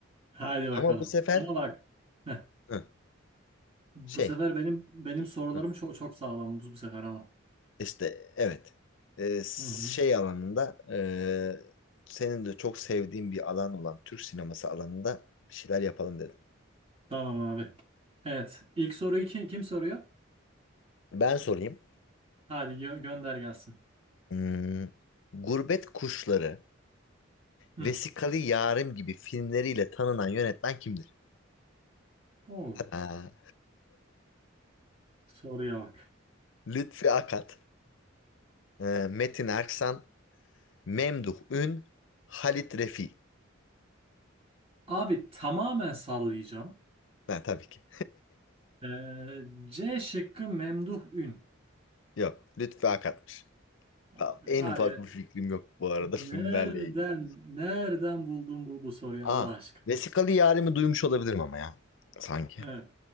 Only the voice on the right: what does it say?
Haydi bakalım.
Ama bak. heh,
Bu
sefer benim benim sorularım
çok çok sağlam bu, bu sefer ama.
Hı hı.
Tamam abi. Evet. İlk soruyu kim, kim soruyor?
Hadi gö- gönder gelsin.
Hı.
Oo,
soruya bak.
Abi tamamen sallayacağım.
Ee, C şıkkı memduh ün.
Abi
var
ya
nereden
nereden buldun bu, bu soruyu
Allah aşkına?
Evet.